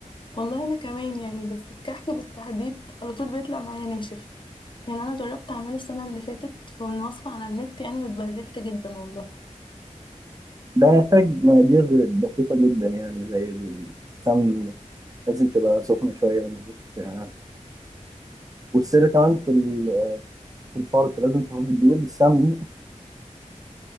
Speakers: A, on the left; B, on the right.
A: والله أنا كمان يعني بس الكحك بالتحديد على طول بيطلع معايا ناشف يعني أنا جربت أعمله السنة اللي فاتت في من وصفة على النت يعني واتبهدلت جدا والله
B: ده محتاج مقادير دقيقة جدا يعني زي السمن لازم تبقى سخنة شوية مش- يعني. والسر كمان في ال- في الفرق لازم تفرق الدقيق بالسمن